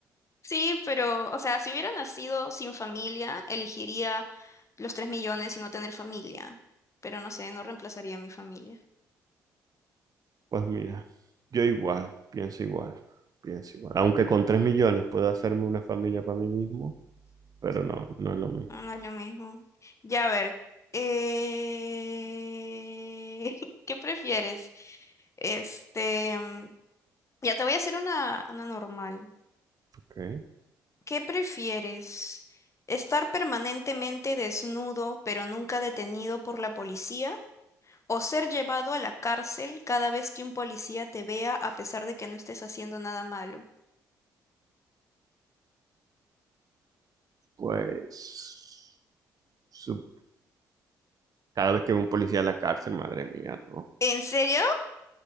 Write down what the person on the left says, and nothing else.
Sí, pero, o sea, si hubiera nacido sin familia, elegiría los 3 millones y no tener familia. Pero no sé, no reemplazaría a mi familia.
Ah, No es lo mismo. Ya, a ver. eh, <laughs> ¿Qué prefieres? Este, mm, ya te voy a hacer una, una normal.
¿Qué prefieres? ¿Estar permanentemente desnudo pero nunca detenido por la policía? ¿O ser llevado a la cárcel cada vez que un policía te vea a pesar de que no estés haciendo nada malo?
¿En serio?